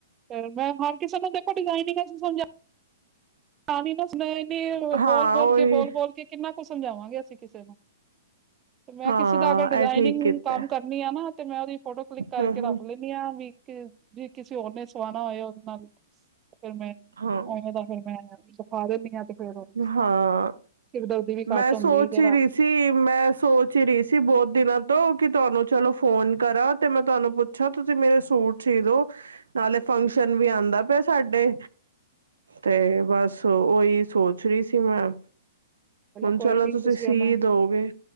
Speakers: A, on the right (about 25°); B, on the right (about 80°).
A: ਫਿਰ ਮੈਂ ਹਰ ਕਿਸੇ ਨੂੰ ਤਾਂ ਡਿਜਾਇਨਿੰਗ ਸਮਝ। ਪਾਣੀ ਨੁ ਸਮੇਲ ਏਨੀ ਏ
B: ਹਾਂ
A: ਬੋਲ ਬੋਲ
B: ਉਹੀ
A: ਕੇ ਬੋਲ ਬੋਲ ਕੇ ਕਿੰਨਾ ਕੁ ਸਮਝਾਵਾਂਗੇ ਅਸੀਂ ਕਿਸੇ ਨੂੰ। ਤੇ ਮੈਂ
B: ਹਾਂ
A: ਕਿਸੇ ਦਾ ਅਗਰ ਡਿਜ਼ਾਇਨਿੰਗ
B: ਇਹ ਠੀਕ ਕੀਤਾ
A: ਕੰਮ ਕਰਨੀ ਆ ਨਾ ਤੇ ਮੈਂ ਉਹਦੀ ਫੋਟੋ ਕਲਿੱਕ ਕਰਕੇ
B: ਹਮ
A: ਰੱਖ ਲੈਂ। ਵੀ ਜੇ ਕਿਸੇ ਹੋਰ ਨੇ ਸਵਾਣਾ ਹੋਏ ਉਹਦੇ ਨਾਲ ਫਿਰ ਮੈਂ।
B: ਹਮ
A: ਔਵੇਂ ਦਾ ਫੇਰ ਮੈਂ ਦਿਖਾ ਦਿੰਨੀ ਆਂ। ਫਿਰ
B: ਹਾਂ ਹਾਂ
A: ਸਿਰ ਦਰਦੀ ਵੀ
B: ਮੈਂ
A: ਘੱਟ ਹੁੰਦੀ
B: ਸੋਚ
A: ਹੈ ਜਰਾ।
B: ਹੀ ਰਹੀ ਸੀ ਮੈ। ਮੈਂ ਸੋਚ ਹੀ ਰਹੀ ਸੀ ਬਹੁਤ ਦਿਨਾਂ ਤੋਂ ਕਿ ਤੁਹਾਨੂੰ ਚਲੋ ਫੋਨ ਕਰਾਂ ਤੇ ਮੈਂ ਤੁਹਾਨੂੰ ਪੁੱਛ। ਅੱਛਾ ਤੁਸੀਂ ਮੇਰੇ ਸੂਟ ਸੀਦੋ ਨਾਲੇ ਫੰਕਸ਼ਨ ਵੀ ਆਂਦਾ ਪਿਆ ਐ ਸਾਡੇ। ਤੇ ਬਸ ਓਹੀ ਸੋਚ ਰਹੀ ਸੀ ਮੈਂ। ਹੁਣ
A: ਕੋਈ
B: ਚਲੋ
A: ਨੀ
B: ਤੁਸੀਂ ਸੀ
A: ਉਹਨਾਂ
B: ਦੋਗੇ।